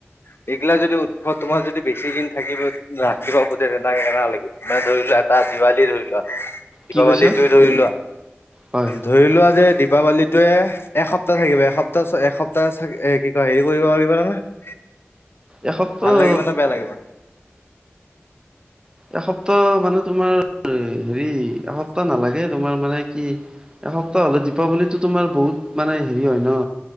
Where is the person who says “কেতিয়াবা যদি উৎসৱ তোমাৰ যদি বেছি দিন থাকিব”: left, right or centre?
Left